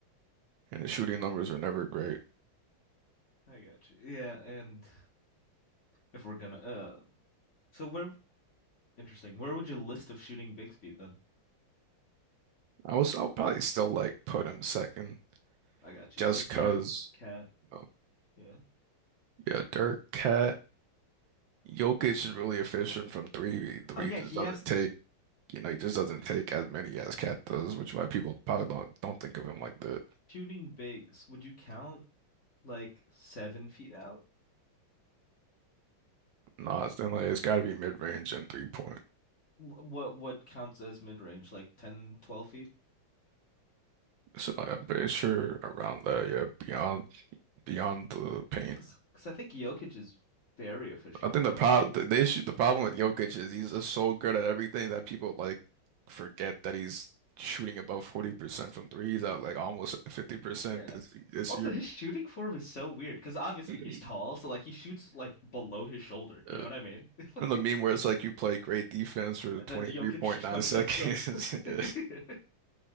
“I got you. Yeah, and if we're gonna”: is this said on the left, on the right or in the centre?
Left